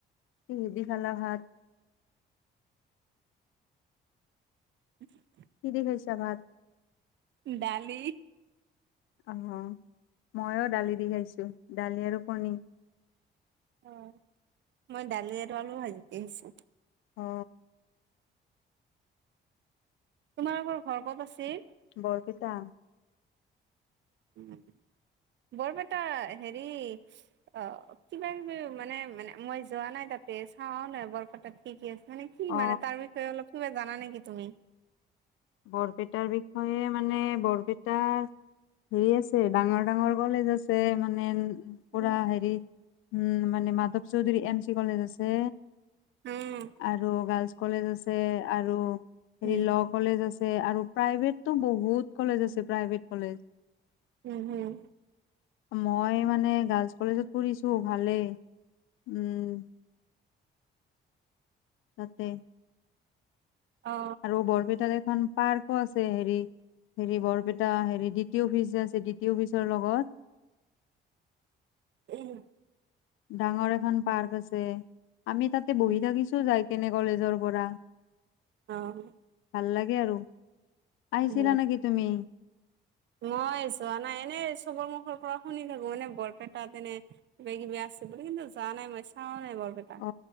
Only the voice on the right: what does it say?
<unintelligible>
দালি
অহ মই দালি আৰু আলু ভাজি
তোমালোকৰ ঘৰ ক'ত আছিল?
উম। বৰপেটা হেৰি অ কিবা কিবি মানে মানে মই যোৱা নাই তাত চাৱাও নাই বৰপেটাত কি কি আছে মানে কি
মানে তাৰ বিষয়ে অলপ কিবা জানা নেকি তুমি?
উম
উম
উম
উম উম
অ
এই
উম
অহ
উ
মই চোৱা নাই এনে চবৰ মুখৰ পৰা শুনি থাকো মানে বৰপেটাত এনে কিবা কিবি আছে বুলি কিন্তু যোৱা নাই মই চোৱাও নাই বৰ পেটা